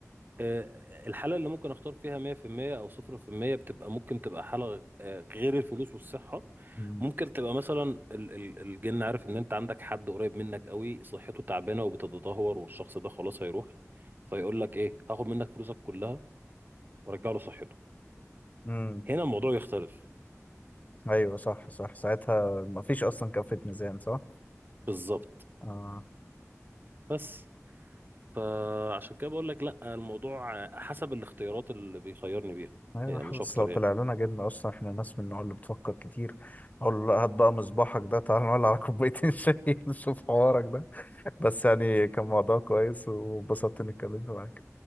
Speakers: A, on the right (about 40°); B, on the left (about 30°).
A: آه، الحالة اللي ممكن اختار فيها 100% او 0% بتبقى ممكن تبقى حالة آه، غير الفلوس والصحة
B: مم.
A: ممكن تبقى مثلا ال- ال- الجن عارف ان انت عندك حد قريب منك قوي صحته تعبانة وبتتدهور والشخص ده خلاص هيروح فيقول لك ايه هاخد منك فلوسك كلها وارجع له صحته
B: مم.
A: هنا الموضوع يختلف
B: ايوه صح صح ساعتها ما فيش اصلا كفة ميزان صح
A: بالظبط
B: آه.
A: بس فعشان كده بقول لك لا الموضوع حسب الاختيارات اللي بيخيرني بيها
B: ايوه
A: هي
B: حاسس
A: مش اكتر
B: لو طلع
A: يعني
B: لنا جبنة اصلا احنا ناس من النوع اللي بتفكر كتير اقول له لا هات بقى مصباحك ده تعال نولع على كوبايتين <laughs> شاي نشوف حوارك ده بس يعني كان موضوع كويس وانبسطت اني اتكلمت معاك